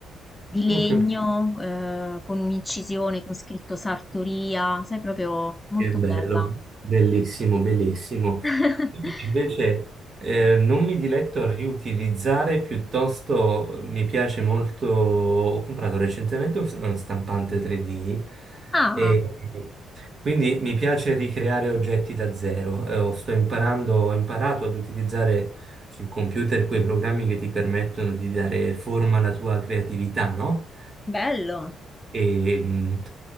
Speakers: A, on the left (about 15°); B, on the right (about 40°).
A: di legno,
B: Oh, che
A: eh, con un'incisione con scritto Sartoria, sai, proprio molto
B: che bello,
A: bella.
B: bellissimo, bellissimo.
A: <laughs>
B: Invece eh, non mi diletto a riutilizzare, piuttosto mi piace molto, ho comprato recentemente un uno stampante 3D
A: Ah,
B: e quindi mi piace ricreare oggetti da zero. Eh, sto imparando, ho imparato ad utilizzare sul computer quei programmi che ti permettono di dare forma alla tua creatività, no?
A: bello.
B: E, mh,